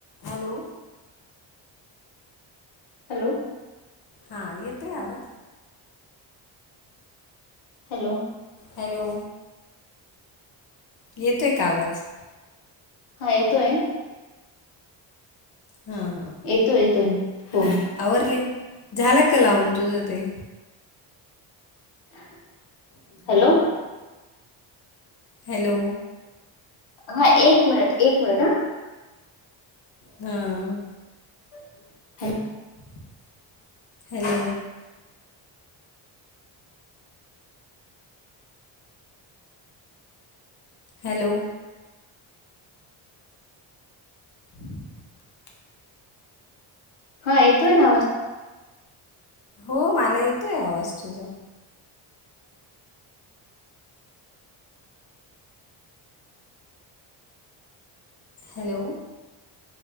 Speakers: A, on the left; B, on the left.
A: Hello.
B: Hello.
A: हा येतोय आवाज?
B: हॅलो.
A: हॅलो, येतोय का आवाज?
B: हा येतोय.
A: हा- हा.
B: येतोय- येतोय हो.
A: आवरले. झाला का, लावून तुझं ते?
B: <inaudible> हॅलो.
A: हॅलो.
B: हा एक मिनिट, एक मिनिट हं.
A: ह्ह.
B: <unintelligible>
A: <inaudible> हॅलो. हॅलो. <inaudible>
B: हा, येतोय ना आवाज.
A: हो, मला येतोय आवाज तुझा. हॅलो.